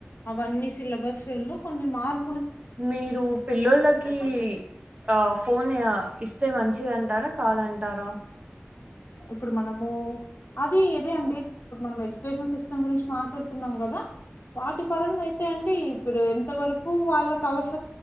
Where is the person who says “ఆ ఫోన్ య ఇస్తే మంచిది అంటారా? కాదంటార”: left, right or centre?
Right